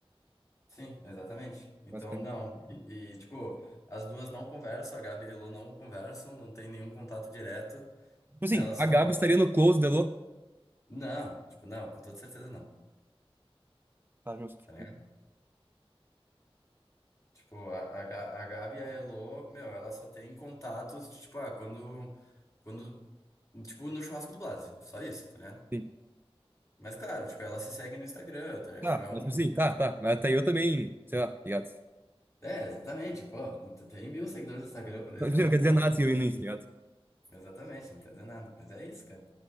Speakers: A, on the left; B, on the right.
A: Sim, exatamente. Então,
B: Basicamente.
A: não. E, e, tipo, as duas não conversam, a Gabi e a Lu não conversam, não tem nenhum contato direto.
B: Tipo assim,
A: Ela só.
B: a Gabi estaria no close, Delô.
A: Não, tipo, não, com toda certeza não.
B: Tá justo.
A: Tá ligado? Tipo, a, a, Ga- a Gabi e a Elo, meu, ela só tem contatos de, tipo, ah, quando. Quando. Tipo, no churrasco do Blase. Só isso, tá ligado?
B: Sim.
A: Mas, claro, tipo, ela se segue no Instagram, tá ligado?
B: Tá,
A: Tipo, é um.
B: mas tipo assim, tá, tá. Mas até eu também, sei lá, ligado?
A: É, exatamente, pô. Tu tem mil seguidores no Instagram, por exemplo,
B: Mas, tipo assim, não quer dizer
A: pô.
B: nada se eu ir no início, ligado?
A: Exatamente, não quer dizer nada. Mas é isso, cara.